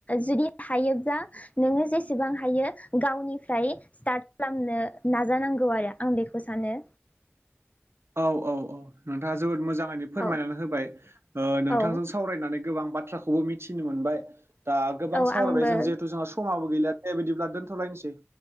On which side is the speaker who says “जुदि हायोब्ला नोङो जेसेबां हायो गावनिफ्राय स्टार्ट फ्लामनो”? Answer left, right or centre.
Left